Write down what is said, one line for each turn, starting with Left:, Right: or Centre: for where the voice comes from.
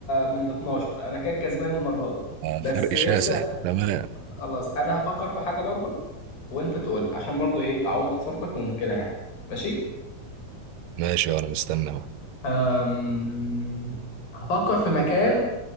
Left: من ال 12 أنا كده كسبان المرة دي
Right: آه،
Left: بس
Right: فرق
Left: لسه
Right: شاسع تمام
Left: خلاص انا هفكر في حاجه برضو وانت تقول عشان برضو ايه تعوض خسارتك وكده يعني ماشي
Right: ماشي وانا مستني اهو
Left: أم... هفكر في مكان